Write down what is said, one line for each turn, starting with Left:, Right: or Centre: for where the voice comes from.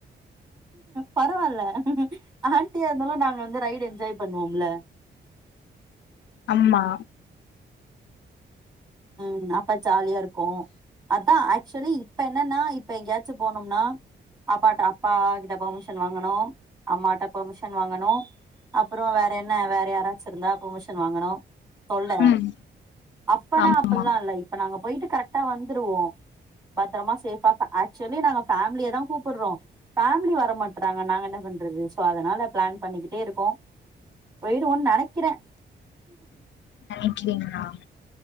Right: பரவாயில ஆண்டியா இருந்தாலும் நா வந்து ரைட் என்ஜாய் பண்ணுவோம்ல
Left: ஆமா
Right: உம் அப்பா ஜாலியா இருக்கும் இருக்கும் அதான் ஆக்சுவலி இப்ப என்னன்னா இப்ப எங்கேயாச்சும் போனோம்னா அப்பா அப்பா கிட்ட பெர்மிஷன் வாங்கனும் அம்மாட்ட பெர்மிஷன் வாங்கனும் அப்பறம் வேற என்ன வேற யாரா இருந்தா பெர்மிஷன் வாங்கனும் தொல்ல
Left: ம்
Right: அப் இப்பனா
Left: ஆமா
Right: அப்படல்லாம் இல்ல இப்ப நாங்க போயிட்டு கரெக்டா வந்துருவோம் பத்திரமா சேஃபா ஆக்சுவலி நாங்க பேம்லிய தான் கூப்பிடுறோம் பேம்லி வர மாட் றாங்க நாங்க என்ன பண்றது சோ அதனால பிளான் பண்ணிக்கிட்டே இருக்கோம் போய்டு ஒன்னு நினைக்கிறேன்
Left: நெனைக்கிறீங்களா